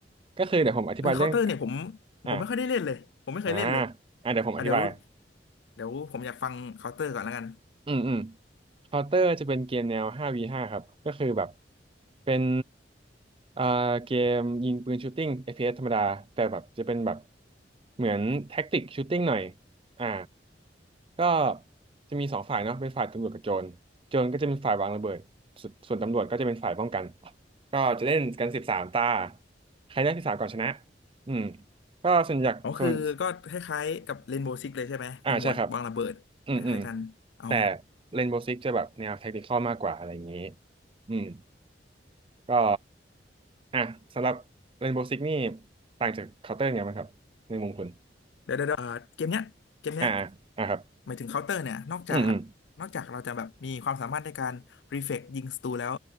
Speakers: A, on the right; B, on the left.
A: ก็คือเดี๋ยวผมอธิบายเรื่อง
B: เออเคาน์เตอร์เนี่ยผม
A: อ่า
B: ผมไม่ค่อยได้เล่นเลยผมไม่เคยเล่นเลย
A: อ่าอ่าเดี๋ยวผมอธิบาย
B: อ่ะเดี๋ยวเดี๋ยวผมอยากฟังเคาน์เตอร์ก่อนแล้วกัน
A: อืมอืมเคาน์เตอร์จะเป็นเกมแนว 5v5 ครับก็คือแบบเป็นอ่าเกมยิงปืนชูตติ้ง f อ s ธรรมดาแต่แบบจะเป็นแบบเหมือนแท็กติกชูตติ้งหน่อยอ่าก็จะมีสองฝ่ายเนาะเป็นฝ่ายตำรวจกับโจรโจรก็จะเป็นฝ่ายวางระเบิดสวนส่วนตำรวจก็จะเป็นฝ่ายป้องกันก็จะเล่นกันสิบสามตาใครได้สิบสามก่อนชนะอืมก็ส่วนใหญ่ส่วน
B: อ๋อคือก็คล้ายๆกับเรนโบ o ์ซิกเลยใช่ไหมมีหมวดวางระเบิดคล้ายๆกันอ๋อ
A: อ่าใช่ครับ อืมอืมแต่เรนโบว์ซิกจะแบบแนวแทคติคอลมากกว่าอะไรอย่างนี้อืมก็อ่ะสำหรับเรนโบว์ซิกนี่ต่างจากเคาน์เตอร์ไงบ้างครับในมุมคุณ
B: เดี๋ยวเดี๋ยวเดี๋ยวอ่าเกมเนี้ยเกมเนี้ย
A: อ่าอ่าครับ
B: หมายถึงเคาน์เตอร์เนี่ยนอกจากนอกจากเราจะแบบมีความสามารถในการรีเฟกยิงศัตรูแล้ว
A: อืมอืม